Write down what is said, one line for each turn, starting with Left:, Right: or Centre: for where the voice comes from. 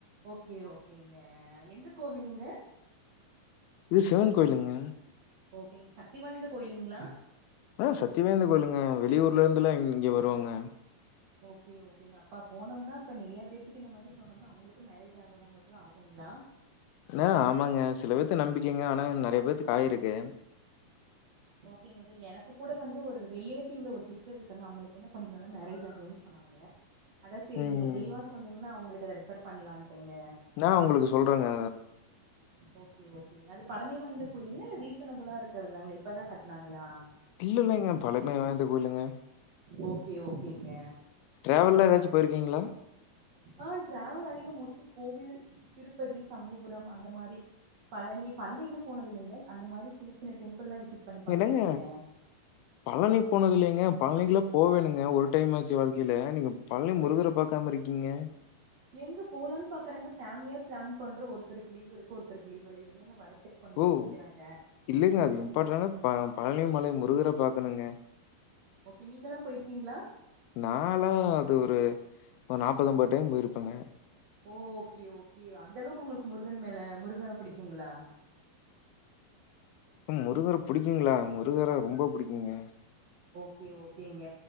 Right: ஓகே ஓகேங்க எந்த கோவிலுங்க
Left: இது சிவன் கோயிலுங்க
Right: ஓகேங்க சக்தி வாய்ந்த கோயிலுங்களா
Left: ஆ சத்திவாய்ந்த கோயிலுங்க வெளியூர்லேருந்துல்லா இங்க வருவாங்க
Right: ஓகே ஓகேங்க அப்பா போனோம்னா இப்போ நிறைய பேர்த்துக்கு இந்த மாரி சொன்னோம்னா அவங்களுக்குக்கும் மேரேஜ் ஆகாதவங்களுக்குலா ஆகுங்களா
Left: என்ன ஆமாங்க சில பேர்த்து நம்பிக்கங்க ஆனா நறைய பேர்த்துக்கு ஆயிருக்கு
Right: ஓகேங்க ஓகே எனக்கு கூட வந்து ஒரு ரிலேட்டிவ்ல ஒரு சிஸ்டர் இருக்காங்க அவுங்களுக்கு இன்னு கொஞ்ச நாளா மேரேஜ் ஆகலன்னு சொன்னாங் க அதா சேரி
Left: ம்.
Right: நீங்க தெளிவா சொன்னீங்கன்னா அவுங்களுக்கு அத ரெஃபர் பண்ணலான்ட்டுங்க
Left: நா உங்களுக்கு சொல்றேங்க
Right: ஓகே ஓகேங்க அது பழமை வாய்ந்த கோயிலுங்கள இல்ல ரீசனபிளா இருக் க்கறதா இப்பதா கட்டுனாங்களா
Left: இல்ல இல்லங்க பழமை வாய்ந்த கோயிலுங்க
Right: ஓகே ஓகேங்க
Left: ட்ராவல்லா எதாச்சு போய்ருக்கிங்களா
Right: ஆ டிராவல் அதிகோ மோஸ்ட்லி கோவில் திருப்பதி சமயபுரம் அந்த மாரி பழனி பழனி இன்னு போனதுல்லங்க அந்த மாரி சின்ன சின்ன டெம்புள்லா விசிட் பண்ணி பாத்துருக்கேங்க
Left: என்னங்க பழனி போனதுல்லைங்க பழனிக்குலா போவேணுங்க ஒரு டைம் ஆச்சு வாழ்க்கையில நீங்க பழனி முருகர பாக் காம இருக்கீங்க
Right: எங்க போலான்னு பாக்குறங்க ஃபேமிலியா பிளான் பண்றோ ஒருத்தருக்கு லீவ் இருக்கு ஒருத்தரு லீவ் இல்லங்க எங்கங்க வரதுக்கு கொஞ்சோ
Left: ஓ!
Right: யோசிக்கிறாங்க
Left: இல்லங்க அது இம்பார்ட்டரான ப பழனி மலை முருகன பாக்கணுங்க
Right: ஓகே நீங்கல்லா போயிருக்கீங்களா
Left: நாலா அது ஒரு ஒரு நாப்பது அம்பது டைம் போயிருப்பேங்க
Right: ஓகே ஓகே அந்தளவுக்கு உங்களுக்கு முருகன் மேல முருகன புடிக்குங்களா
Left: ம் முருகர புடிக்குங்களா முருகர ரொம்ப புடிக்குங்க
Right: ஓகே ஓகேங்க